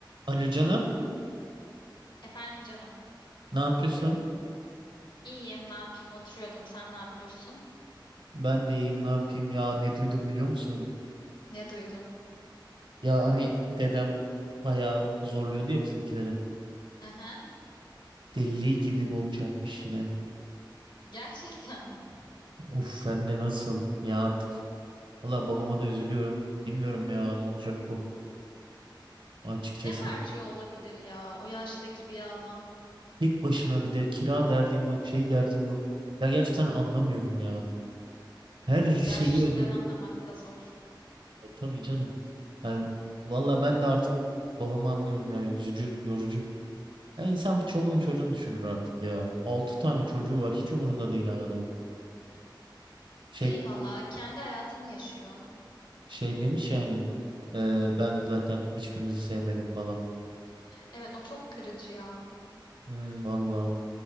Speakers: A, on the right (about 75°); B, on the left (about 65°).
A: Alo canım,
B: Efendim canım.
A: ne yapıyorsun?
B: İyiyim, ne yapayım? Oturuyordum. Sen ne yapıyorsun?
A: Ben de iyiyim, ne yapayım ya? Ne duydum biliyor musun?
B: Ne duydun?
A: Ya hani dedem bayağı zorluyordu ya bizimkileri.
B: Aha,
A: Deli gibi borç yapmış yine.
B: gerçekten mi? <laughs>
A: Uf hem de nasıl ya artık. Valla babama da üzülüyorum. Bilmiyorum ya ne olacak bu açıkçası.
B: Ne harcıyor olabilir ya o yaştaki bir adam?
A: Tek başına bir de kira derdin yok, şey derdin yok. Ya gerçekten anlamıyorum ya. Her şeyi
B: Yaşlıları
A: ödeniyor.
B: anlamak da zor.
A: E, tabii canım. Yani, valla ben de artık babamı anlıyorum ya. Üzücü, yorucu. Ya insan bir çoluğunu çocuğunu düşünür artık ya. Altı tane çocuğu var. Hiç umurunda değil ha adamın. Şey
B: Değil valla. Kendi hayatını yaşıyor.
A: şey demiş yani. "Ee, ben zaten hiçbirinizi sevmedim falan.
B: Evet, o çok kırıcı ya.
A: Hmm, valla.